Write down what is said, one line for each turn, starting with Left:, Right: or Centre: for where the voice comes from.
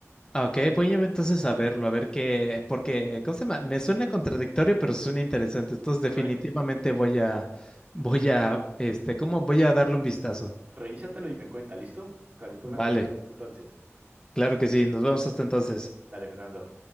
Left: Ah, Ok, voy a entonces a verlo, a ver qué, porque, ¿cómo se llama? Me suena contradictorio, pero suena interesante. Entonces, definitivamente
Right: Re-
Left: voy a, voy a, este, ¿cómo? Voy a darle un vistazo.
Right: revísatelo y me cuenta, ¿listo? Cualquier cosa
Left: Vale,
Right: nos- Entonces,
Left: claro que sí. Nos vemos hasta entonces.
Right: dale, Fernando.